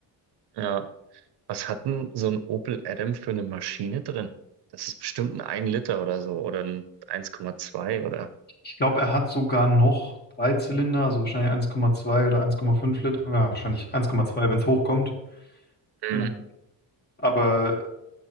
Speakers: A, on the right (about 60°); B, on the left (about 20°).
A: Ja. Was hat denn so ein Opel Adam für eine Maschine drin? Das ist bestimmt ein 1 Liter oder so oder ein eins Komma zwei oder.
B: Ich glaube, er hat sogar noch drei Zylinder, also wahrscheinlich eins Komma zwei oder eins Komma fünf Liter. Ja, wahrscheinlich eins Komma zwei, wenn es hochkommt.
A: Mhm.
B: Ja. Aber